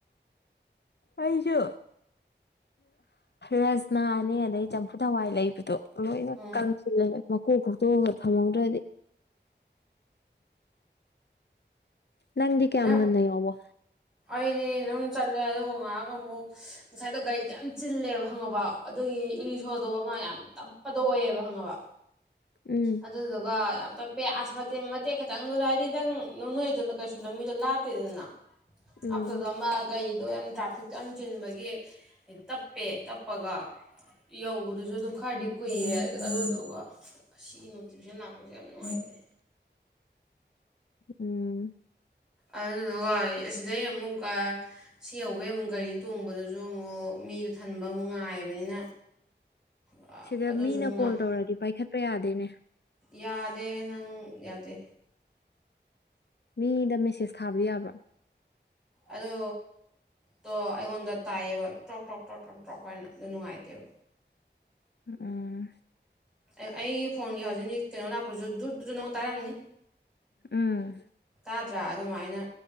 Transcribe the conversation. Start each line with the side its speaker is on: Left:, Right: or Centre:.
Left: ꯑꯩꯁꯨ ꯔꯖꯅꯥꯅꯦ ꯑꯗꯩ ꯆꯝꯐꯨꯠ ꯍꯋꯥꯏ ꯂꯩꯕꯗꯣ ꯂꯣꯅ
Centre: ꯎꯝ
Left: ꯀꯪꯁꯤꯜꯂꯦ ꯀꯣꯛ ꯈꯣꯛꯇꯣꯛꯑꯒ ꯊꯝꯍꯧꯗ꯭ꯔꯗꯤ ꯅꯪꯗꯤ ꯀꯌꯥꯝ
Centre: ꯅꯪ
Left: ꯉꯟꯅ ꯌꯧꯕ
Centre: ꯑꯩꯗꯤ ꯗꯨꯝ ꯆꯠꯂꯦ ꯑꯗꯨ ꯇꯣꯡꯉꯛꯑꯒ ꯑꯃꯨꯛ ꯉꯁꯥꯏꯗꯣ ꯒꯥꯔꯤꯗꯣ ꯌꯥꯝ ꯆꯤꯜꯂꯦꯕ ꯈꯪꯉꯕ ꯑꯗꯨꯒꯤ ꯏꯁꯣꯗꯣ ꯑꯃ ꯌꯥꯝ ꯇꯞꯄꯗꯣ ꯑꯣꯏꯌꯦꯕ ꯈꯪꯉꯕ
Left: ꯎꯝ
Centre: ꯑꯗꯨꯗꯨꯒ ꯌꯥꯝ ꯇꯞꯄꯦ ꯑꯁ ꯃꯇꯦꯛ ꯃꯇꯦꯛ ꯈꯛꯇꯪꯗꯨꯗ ꯍꯥꯏꯗꯤ ꯅꯪ ꯅꯣꯏꯗꯨ ꯀꯩꯁꯨ ꯂꯝꯕꯤꯗꯨ ꯂꯥꯞꯇꯦꯗꯅ
Left: ꯎꯝ
Centre: ꯑꯞꯇꯨꯗ ꯑꯃ ꯒꯥꯔꯤꯗꯣ ꯌꯥꯝ ꯇ꯭ꯔꯥꯐꯤꯛꯇꯣ ꯌꯥꯝ ꯆꯤꯟꯕꯒꯤ ꯇꯞꯄꯦ ꯇꯞꯄꯒ ꯌꯧꯕꯗꯨꯁꯨ ꯑꯗꯨꯝ ꯈꯔꯗꯤ ꯀꯨꯏꯔꯦ ꯑꯗꯨꯗꯨꯒ ꯑꯁꯤꯒꯤ ꯅꯣꯇꯤꯚꯦꯁꯟ ꯂꯥꯛꯄꯁꯦ ꯌꯥꯝ ꯅꯨꯡꯉꯥꯏꯇꯦ
Left: ꯎꯝ
Centre: ꯑꯗꯨꯗꯨꯒ ꯁꯤꯗꯩ ꯑꯃꯨꯛꯀ ꯁꯤ ꯌꯧꯕꯩ ꯑꯃꯨꯛ ꯒꯥꯔꯤ ꯇꯣꯡꯕꯗꯨꯁꯨ ꯑꯃꯨꯛ ꯃꯤꯗ ꯊꯟꯕ ꯑꯃꯨꯛ ꯉꯥꯏꯕꯅꯤꯅ ꯑ-
Left: ꯁꯤꯗ
Centre: ꯑꯗꯨꯁꯨ
Left: ꯃꯤꯅ
Centre: ꯑꯃꯨꯛ ꯉꯥ-
Left: ꯀꯣꯜ ꯇꯧꯔꯗꯤ ꯄꯥꯏꯈꯠ ꯄ ꯌꯥꯗꯦꯅꯦ
Centre: ꯌꯥꯗꯦ ꯅꯪ ꯌꯥꯗꯦ
Left: ꯃꯤꯗ ꯃꯦꯁꯦꯁ ꯊꯥꯕꯗꯤ ꯌꯥꯕ꯭ꯔꯣ
Centre: ꯑꯗꯨ ꯗꯣ ꯑꯩꯉꯣꯟꯗ ꯇꯥꯏꯑꯦꯕ ꯇ꯭ꯔꯣꯛ ꯇ꯭ꯔꯣꯛ ꯇ꯭ꯔꯣꯛ ꯇ꯭ꯔꯣꯛ ꯇ꯭ꯔꯣꯛ ꯍꯥꯏꯅ ꯑꯗꯨ ꯅꯨꯡꯉꯥꯏꯇꯦꯕ
Left: ꯑꯥ
Centre: ꯑꯩꯒꯤ ꯐꯣꯟꯒꯤ ꯍꯧꯖꯤꯛꯅꯤ ꯀꯩꯅꯣ ꯂꯥꯛꯄ꯭ꯗꯨꯁꯨ ꯗꯨꯗꯨꯗ ꯅꯉꯣꯟ ꯇꯥꯔꯝꯅꯤ
Left: ꯎꯝ
Centre: ꯇꯥꯗ꯭ꯔꯥ ꯑꯗꯨꯃꯥꯏꯅ